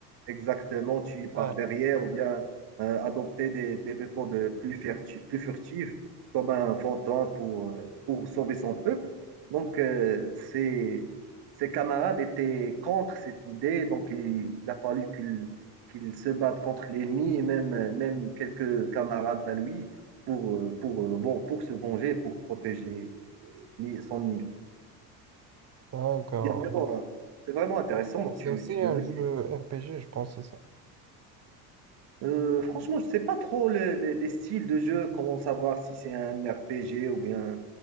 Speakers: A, on the right; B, on the right.
A: exactement tuer par
B: Ah,
A: derrière ou bien euh, adopter des, des méthodes plus, ferti- plus furtives comme un fantin pour, euh, pour sauver son peuple. Donc, euh, ses, ses camarades étaient contre cette idée, donc il, il a fallu qu'il qu'il se batte contre l'ennemi et même, euh, même quelques camarades à lui pour, euh, pour, euh, ven- pour se venger, pour protéger euh, l'île- son île.
B: d'accord.
A: Il y a vraiment, un- c'est vraiment intéressant, donc
B: C'est
A: tu,
B: aussi
A: tu
B: un
A: devais
B: jeu RPG, je pense, c'est ça.
A: Euh, franchement, je sais pas trop les, les- les styles de jeu, comment savoir si c'est un RPG ou bien